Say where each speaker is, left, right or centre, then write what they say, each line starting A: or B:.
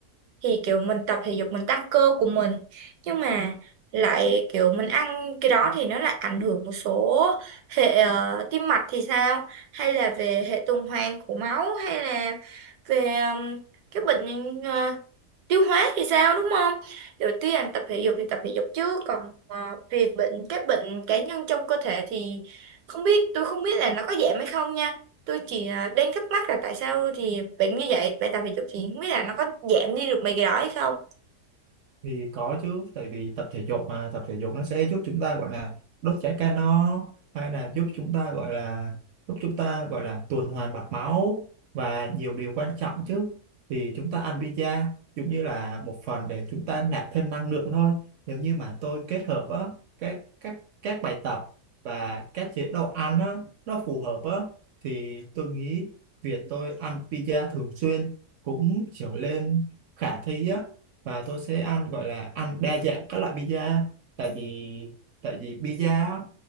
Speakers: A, on the right; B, on the right.
A: thì kiểu mình tập thể dục mình tăng cơ của mình nhưng mà lại kiểu mình ăn cái đó thì nó lại ảnh hưởng một số hệ ờ, tim mạch thì sao hay là về hệ tuần hoàn của máu hay là về ừm, cái bệnh ờ, tiêu hóa thì sao đúng không đầu tiên tập thể dục thì tập thể dục chứ còn ờ, về bệnh các bệnh cá nhân trong cơ thể thì không biết tôi không biết là nó có giảm hay không nha tôi chỉ à, đang thắc mắc là tại sao thì bệnh như vậy bạn tập thể dục thì không biết là nó có giảm đi được mấy cái đó hay không
B: thì có chứ tại vì tập thể dục mà tập thể dục nó sẽ giúp chúng ta gọi là đốt cháy calo hay là giúp chúng ta gọi là giúp chúng ta gọi là tuần hoàn mạch máu và nhiều điều quan trọng chứ thì chúng ta ăn pizza giống như là một phần để chúng ta nạp thêm năng lượng thôi nếu như mà tôi kết hợp á các các các bài tập và các chế độ ăn á nó phù hợp á thì tôi nghĩ việc tôi ăn pizza thường xuyên cũng trở lên khả thi á và tôi sẽ ăn gọi là ăn đa dạng các loại pizza tại vì tại vì pizza